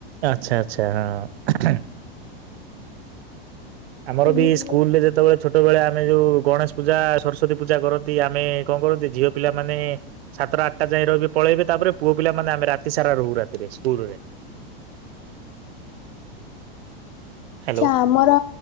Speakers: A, on the right (about 80°); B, on the left (about 45°).
A: ଆଛା ଆଛା ହଁ। ଆମର
B: ଏମିତି
A: ବି ସ୍କୁଲରେ ଯେତବେଳେ ଛୋଟବେେଳେ ଆମେ ଯୋଉ ଗଣେଶ ପୂଜା ସରସ୍ଵତୀ ପୂଜା କରନ୍ତି ଆମେ କଣ କରନ୍ତି ଝିଅ ପିଲାମାନୋନେ ସାତଟା ଆଠଟା ଯାଏ ରହିବେ ପଳେଇବେ ତାପରେ ପୁଅ ପିଲାମାନୋନେ ଆମେ ରାତି ସାରା ରହୁ ରାତିରେ ସ୍କୁଲରେ। ହ୍ୟାଲୋ
B: ଛା ଆମର